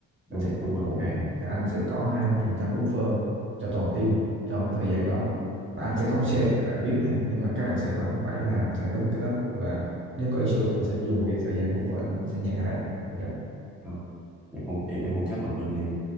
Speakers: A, in the centre; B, on the right.
A: đúng
B: Là thêm
A: đúng rồi
B: 4 ngày thì anh sẽ có 20% buffer cho toàn team cho cái thời gian đó mà anh sẽ không share
A: ờ,
B: cho các bạn biết nha nhưng mà các bạn sẽ vẫn phải làm theo đúng cái đó và nếu có issue thì anh sẽ dùng cái thời gian buffer anh sẽ nhả ra được không?
A: ờ. em không em, em không chắc là bên em